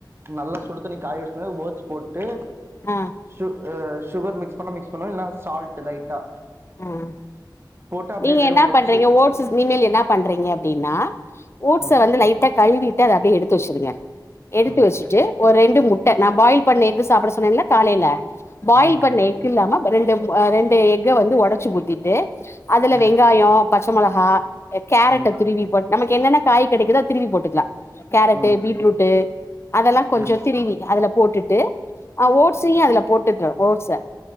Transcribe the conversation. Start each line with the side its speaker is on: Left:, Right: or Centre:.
Right: நல்லா சுடு தண்ணி காய வச்ட்டு ஓட்ஸ் போட்டு
Left: அ
Right: சு அ சுகர் மிக்ஸ் பண்ண மிக்ஸ் பண்ணு இல்ன்னா சால்ட் லைட்டா
Left: ம்
Right: போட்டு அப்டியே
Left: நீங்க
Right: வெறு
Left: என்ன
Right: ஓட்ஸு
Left: பண்றீங்க ஓட்ஸ்ஸ் இனிமேல் என்ன பண்றீங்க அப்டின்னா ஓட்ஸ
Right: ம்
Left: வந்து லைட்டா கழுவிட்டு அத அப்டியே எடுத்து வச்சுருங்க எடுத்து
Right: ம்
Left: வச்சு ட்டு ஒரு ரெண்டு முட்ட நா பாயில் பண்ண எக்கு சாப்பட சொன்னேல்ல காலைல பாயில்
Right: ஆமா
Left: பண்ண
Right: மேம்
Left: எக் இல்லாம ரெண்டு அ ரெண்டு எக்க வந்து ஒடச்சு ஊத்திட்டு அதுல
Right: ம்
Left: வெங்காயோ பச்சமொளகா கேரட்டு
Right: ம்
Left: துருவி போட் நமக்கு என்னென்ன காய் கெடைக்கிதோ அத திருவி போட்டுக்கலா கேரட்டு
Right: ம்
Left: பீட்ரூட்டு் அதெல்லா கொஞ்சோ
Right: ம்
Left: திருவி அதுல போட்டுட்டு அ ஓட்ஸையு அதுல போட்டுக்க ஓட்ஸ